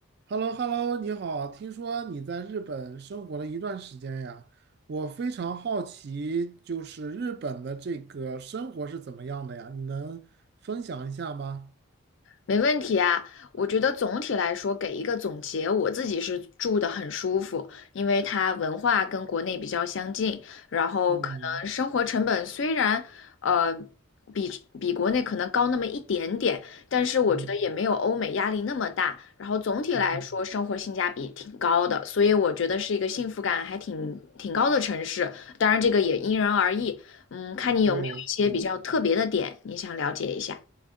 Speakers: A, on the right; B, on the left.
A: h e l l o h e l l o 你好，听说你在日本生活了一段时间呀，我非常好奇，就是日本的这个生活是怎么样的呀？你能分享一下吗？
B: 没问题啊，我觉得总体来说给一个总结，我自己是住的很舒服，因为它文化跟国内比较相近，然后可能生活成本虽然呃
A: 嗯
B: 比比国内可能高那么一点点，但是我觉得也没有欧美压力那么大，
A: 嗯
B: 然后总体来说生活性价比挺高的，
A: 嗯，
B: 所以我觉得是一个幸福感还挺挺高的城市，当然这个也因人而异，嗯，看你有没有一些比较特别的点，
A: 对，是的
B: 你想了解一下。